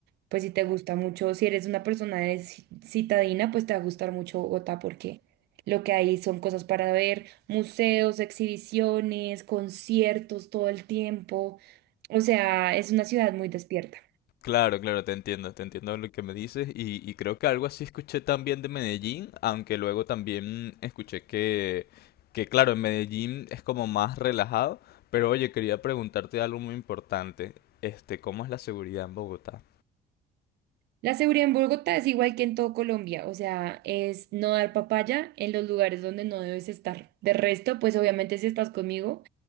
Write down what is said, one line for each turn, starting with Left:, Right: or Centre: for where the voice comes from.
Right: Pues si te gusta mucho, si eres una persona de ci- citadina, pues te va a gustar mucho Bogotá porque lo que hay son cosas para ver, museos, exhibiciones, conciertos todo el tiempo. O sea, es una ciudad muy despierta.
Left: Claro, claro, te entiendo, te entiendo lo que me dices y, y creo que algo así escuché también de Medellín, aunque luego también escuché que, que claro, en Medellín es como más relajado, pero oye, quería preguntarte algo muy importante, este, ¿cómo es la seguridad en Bogotá?
Right: La seguridad en Bogotá es igual que en todo Colombia, o sea, es no dar papaya en los lugares donde no debes estar. De resto, pues obviamente si estás conmigo,